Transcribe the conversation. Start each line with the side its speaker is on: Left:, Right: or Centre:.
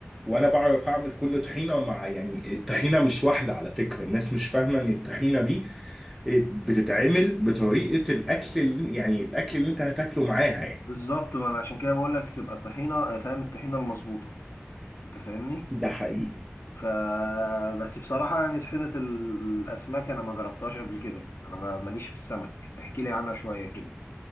Centre: وانا بعرف اعمل كل طحينه مع يعني الطحينه مش واحده على فكره الناس مش فاهمه ان الطحينه دي بتتعمل بطريقه الاكل اللي يعني الاكل اللي انت هتاكله معاها يعني
Left: بالظبط ما انا عشان كده بقول لك تبقى طحينة فاهم الطحينة المظبوطة انت فاهمني
Centre: ده حقيقي
Left: ف بس بصراحة يعني طحينة الاسماك انا ما جربتهاش قبل كده انا ما- ماليش في السمك احكي لي عنها شوية كده